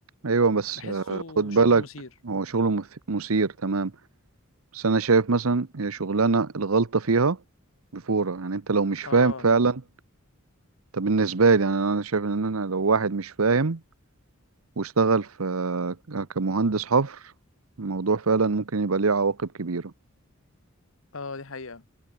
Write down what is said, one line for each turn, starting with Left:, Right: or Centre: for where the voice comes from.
Right: ايوه بس
Left: بحسه
Right: آه، خد
Left: شغله
Right: بالك
Left: مثير
Right: هو شغله مث- مثير تمام بس انا شايف مثلا هي شغلانه الغلطه فيها بفوره يعني انت لو مش فاهم
Left: اه
Right: فعلا طب بالنسبه لي يعني انا شايف ان انا لو واحد مش فاهم واشتغل في كمهندس حفر الموضوع فعلا ممكن يبقى ليه عواقب كبيرة
Left: اه دي حقيقة